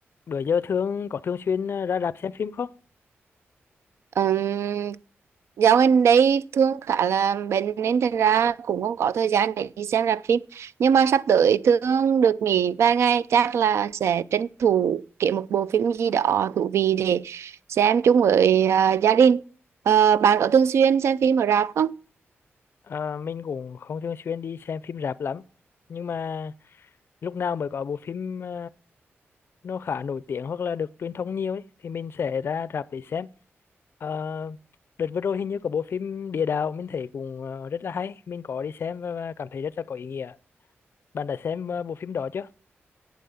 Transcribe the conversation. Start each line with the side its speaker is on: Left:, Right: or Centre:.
Left: bữa giờ thường có thường xuyên ờ, ra rạp xem phim không
Right: Ừm, dạo gần đây thương khá là bệnh nên thành ra cũng không có thời gian để đi xem rạp phim nhưng mà sắp tới thương được nghỉ vài ngày chắc là sẽ tranh thủ kiếm một bộ phim gì đó thú vị để xem chung với à, gia đình Ờ, bạn có thường xuyên xem phim ở rạp không?
Left: Ờ, mình cũng không thường xuyên đi xem phim rạp lắm nhưng mà lúc nào mới có bộ phim ờ, nó khá nổi tiếng hoặc là được truyền thông nhiều ấy thì mình sẽ ra rạp để xem Ờ, đợt vừa rồi hình như có bộ phim Địa Đạo mình thấy cũng ờ, rất là hay mình có đi xem và, và cảm thấy rất là có ý nghĩa bạn đã xem ờ, bộ phim đó chưa